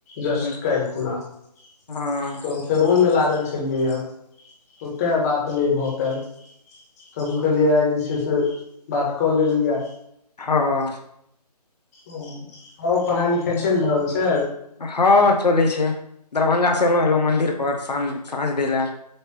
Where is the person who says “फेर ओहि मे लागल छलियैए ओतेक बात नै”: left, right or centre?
Left